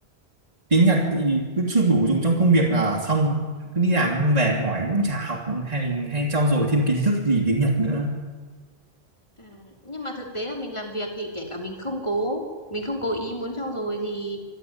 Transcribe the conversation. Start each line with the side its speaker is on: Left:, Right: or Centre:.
Right: tiếng Nhật thì cứ chưa đủ dùng trong công việc là xong cứ đi làm không về mỏi cũng chả học hay hay trau dồi thêm kiến thức gì tiếng Nhật nữa
Left: À, nhưng mà thực tế là mình làm việc thì kể cả mình không cố mình không cố ý muốn trau dồi thì